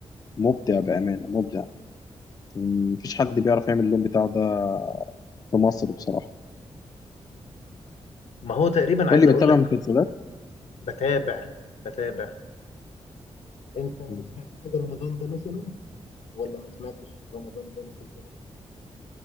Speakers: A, on the left; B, on the left.
A: مبدع بامانه مبدع م- مفيش حد بيعرف يعمل اللون بتاعه ده في مصر بصراحه
B: ما هو تقريبا
A: قول
B: عايز
A: لي
B: اقول
A: بتتابع
B: لك
A: مسلسلات
B: بتابع بتابع انت
A: مم.
B: سمعت حاجة رمضان ده مثلا ولا ما سمعتش رمضان ده مسلسلات